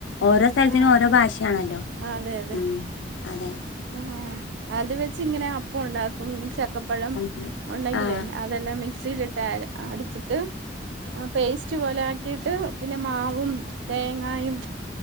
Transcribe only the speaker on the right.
ആഹ്
അതെ അതെ
ആഹ് അത് വെച്ച് ഇങ്ങനെ അപ്പം ഉണ്ടാക്കും ചക്കപ്പഴം
ഉണ്ടെങ്കിലേ
അതെല്ലാം മിക്സിയിലിട്ട് അടിച്ചിട്ട് ആഹ് പേസ്റ്റ് പോലെ ആക്കിയിട്ട് പിന്നെ മാവും തേങ്ങായും